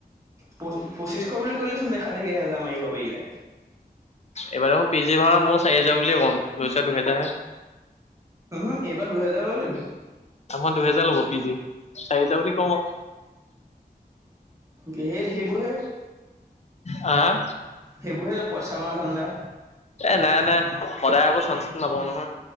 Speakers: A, on the right; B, on the left.
A: প পচ্ছিশ বুলি ক'লে চোন দেখা দেখি এহেজাৰ মাৰিব পাৰিলে।
B: এইবাৰ দেখ পি জি ভাড়া মই চাৰিহাজাৰ বুলি কম। লৈছে দুহেজাৰ,
A: হম এইবাৰ দুহেজাৰ ললে নি
B: আমাৰ দুহেজাৰ। <unintelligible> ল'ব পিজি চাৰি হজাৰ বুলি কম।
A: সে সেইবোৰহে
B: হা
A: সেইবোৰহে পইচা মা ধান্দা।
B: এ নাই নাই সদায় আকৌ চাঞ্চটো নাপাওঁ নহয়।